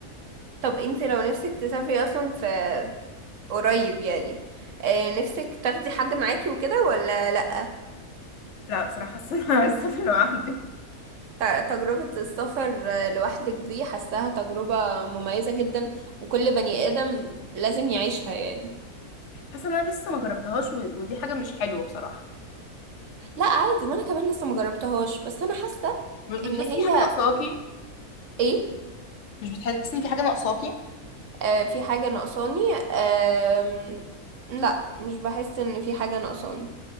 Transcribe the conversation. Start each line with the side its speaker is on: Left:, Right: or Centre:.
Right: طب انت لو نفسك تسافري اصلا في قريب يعني آه، نفسك تاخدي حد معاكي وكده ولا لأ
Left: لا بصراحه حاسه <laughs> إن انا عايزه اسافر لوحدي
Right: ت- تجربة السفر آه، لوحدك دي حاساها تجربة مميزة جدا وكل بني آدم لازم يعيشها يعني
Left: حاسه ان انا لسه ما جربتهاش و- ودي حاجه مش حلوه بصراحه
Right: لأ عادي ما أنا كمان لسه مجربتهاش بس أنا حاسة
Left: مش بتحسي
Right: إن هي
Left: ان في حاجه ناقصاكي
Right: إيه
Left: مش بتحسي ان في حاجه ناقصاكي
Right: آه، في حاجة ناقصاني آم، لأ مش بحس إن في حاجة ناقصاني